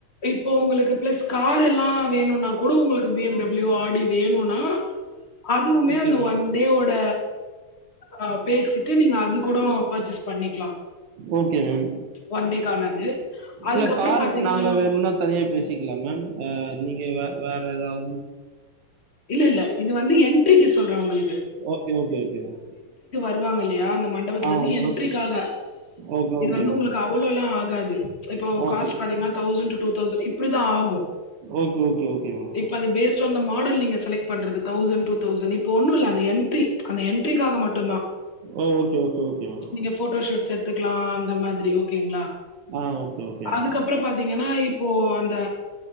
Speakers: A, on the left (about 30°); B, on the right (about 70°).
A: இப்போ உங்களுக்கு ஃபிளஸ் கார்ல்லா வேணும்னா கூடு உங்களுக்கு பி எம் டபிள்யூ ஆடி வேணுன்னா அதுவுமே
B: ஓகே
A: அந்த
B: மேம்
A: ஒன் டேவோட ஆஹ் பேசிட்டு நீங்க அது கூடவு பர்ச்சேஸ் பண்ணிக்லா
B: ஓகே மேம்.
A: ஒன் டேக்கானது அதுக்கப்புறம்
B: இல்ல கார்
A: பாத்தீங்கன்னா
B: நாங்க வேணும்னா தனியா பேசிக்கலாம் மேம் அஹ் நீங்க வே வேற எதாவ்து
A: இல்ல இல்ல இது வந்து என்ட்ரிக்கு சொல்றே ஒங்களுக்
B: ஓகே ஓகே ஓகே மேம்
A: வருவாங்க இல்லையா ந மண்டபத்துலந்து
B: ஆ
A: என்ட்ரிக்காக
B: மேம். ஓகே,
A: இது
B: ஓகே
A: வந்து
B: மேம்.
A: உங்களுக்கு அவ்ளோலா ஆகாது இப்போ
B: ஓகே.
A: காஸ்ட் பாத்தீங்கன்னா தௌசண்ட் டு டூ தௌசண்ட் இப்டிதான் ஆகும்
B: ஓகே, ஓகே, ஓகே மேம்.
A: இப்ப அந்த பேஸ்ட் ஆன் த மாடல் நீங்க பண்றது தௌசண் டூ தௌசண் இப்போ ஒன்னுல்ல அந்த என்ட்ரி அந்த என்ட்ரிக்காக மட்டுந்தா
B: ஓ ஓகே, ஓகே, ஓகே மேம்.
A: நீங்க ஃபோட்டோ ஷூட்ஸ் எட்த்துக்லா இந்த மாதிரி ஓக்கேங்ளா
B: ஆ ஓகே, ஓகே மேம்.
A: அதுக்கப்புறோ பாத்தீங்கன்னா இப் ப்போ அந்த